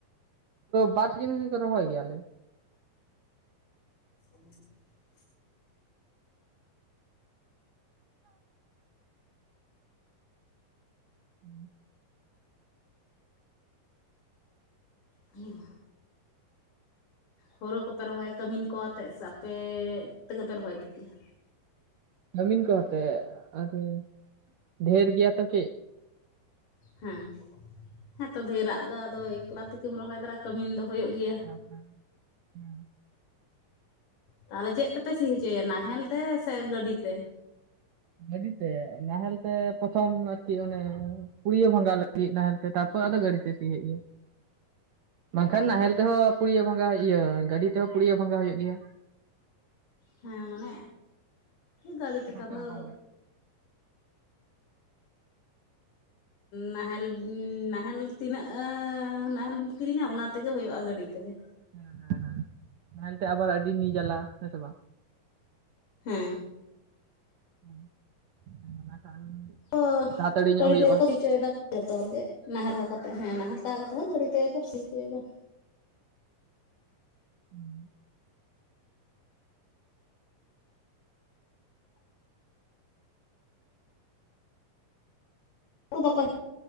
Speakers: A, on the right (about 80°); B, on the left (about 65°).
A: ᱵᱟᱨ ᱥᱤᱡᱤᱱ ᱫᱚ ᱨᱚᱦᱚᱭ ᱜᱮᱭᱟᱞᱮ
B: ᱮᱢᱚᱱᱤᱡ <unintelligible>
A: ᱦᱩᱸ <unintelligible>
B: ᱦᱮᱸ ᱦᱳᱨᱳ ᱠᱚᱯᱮ ᱨᱚᱦᱚᱭᱟ ᱠᱟᱹᱢᱤᱱ ᱠᱚ ᱛᱮᱫ ᱥᱮ ᱟᱯᱮ ᱛᱮᱜᱮ ᱯᱮ ᱨᱚᱦᱚᱭ ᱛᱟᱯᱮᱭᱟ
A: ᱠᱟᱹᱢᱤᱱ ᱠᱚ ᱟᱛᱮᱫ ᱟᱫᱚ ᱰᱷᱮᱨ ᱜᱮᱭᱟ ᱛᱚ ᱛᱤᱡ
B: ᱦᱮᱸ ᱦᱮᱸ ᱛᱚ ᱫᱷᱮᱨᱟᱜ ᱫᱚ ᱟᱫᱚ ᱮᱠᱞᱟ ᱛᱮ ᱠᱤᱢ ᱨᱚᱦᱚᱭ ᱫᱟᱨᱮᱜ-ᱟ ᱠᱟᱹᱢᱤ ᱫᱚ ᱦᱩᱭᱩᱜ ᱜᱮᱭᱟ
A: ᱦᱮ ᱦᱩᱸ
B: ᱛᱟᱞᱦᱮ ᱪᱮᱫ ᱛᱮᱯᱮ ᱥᱤ ᱦᱚᱪᱚᱭᱟ ᱱᱟᱦᱮᱞ ᱛᱮ ᱥᱮ ᱜᱟᱹᱰᱤ ᱛᱮ
A: ᱜᱟᱹᱰᱤ ᱛᱮ ᱱᱟᱦᱮᱞ ᱛᱮ ᱯᱚᱛᱷᱚᱢ ᱟᱨᱠᱤ ᱚᱱᱮ ᱠᱩᱲᱭᱟᱹ ᱵᱷᱟᱸᱜᱟᱶ ᱞᱟᱹᱜᱤᱫ ᱱᱟᱦᱮᱞ ᱛᱮ ᱛᱟᱨᱯᱚᱨ ᱟᱫᱚ ᱜᱟᱹᱰᱤ ᱛᱮ ᱥᱤ ᱦᱩᱭᱩᱜ ᱜᱮᱭᱟ ᱵᱟᱝᱠᱷᱟᱱ
B: ᱚ
A: ᱱᱟᱦᱮᱞ ᱛᱮᱦᱚᱸ ᱯᱩᱲᱭ ᱵᱷᱟᱸᱜᱟ ᱤᱭᱟᱹ ᱜᱟᱹᱰᱤ ᱛᱮᱦᱚᱸ ᱯᱩᱲᱭ ᱵᱷᱟᱸᱜᱟ ᱦᱩᱭᱩᱜ ᱜᱮᱭᱟ
B: ᱦᱮᱸ ᱢᱟᱱᱮ ᱜᱟᱹᱲᱤ ᱛᱮᱠᱷᱟᱱ
A: ᱡᱚᱛᱚ
B: ᱫᱚ
A: ᱨᱚᱠᱚᱢ ᱜᱮ
B: ᱱᱟᱦᱮᱞ ᱱᱟᱦᱮᱞ ᱛᱤᱱᱟᱹᱜ ᱱᱟᱦᱮᱞ ᱮᱢ ᱠᱤᱨᱤᱧᱟ ᱚᱱᱟ ᱛᱮᱜᱮ ᱦᱩᱭᱩᱜᱼᱟ ᱜᱟᱹᱰᱤ ᱛᱮᱜᱮ
A: ᱦᱮᱸ ᱦᱮᱸ ᱦᱮᱸ ᱱᱟᱦᱮᱞ ᱛᱮ ᱟᱵᱟᱨ ᱟᱹᱰᱤ ᱱᱤ ᱡᱟᱞᱟ ᱦᱮᱸ ᱥᱮ ᱵᱟᱝ
B: ᱦᱮᱸ
A: <inaudible>
B: ᱚ
A: ᱛᱟᱲᱟᱛᱟᱹᱲᱤ ᱧᱚᱜ
B: ᱜᱟᱲᱤ
A: ᱦᱩᱭᱩᱜᱼᱟ
B: ᱛᱮᱜᱮ ᱠᱚ ᱥᱤ ᱦᱚᱪᱚᱭ ᱫᱟ ᱡᱚᱛᱚ ᱦᱚᱲᱜᱮ ᱱᱟᱦᱟᱨᱟ ᱠᱟᱛᱮ ᱦᱮᱸ ᱱᱟᱦᱮᱞ ᱦᱟᱛᱟᱣ ᱠᱟᱛᱮ ᱦᱚᱸ ᱜᱟᱹᱰᱤ ᱛᱮᱜᱮ ᱠᱚ ᱥᱤ ᱦᱚᱪᱚᱭ ᱫᱟ
A: ᱦᱩᱸ
B: ᱵᱟᱠᱚ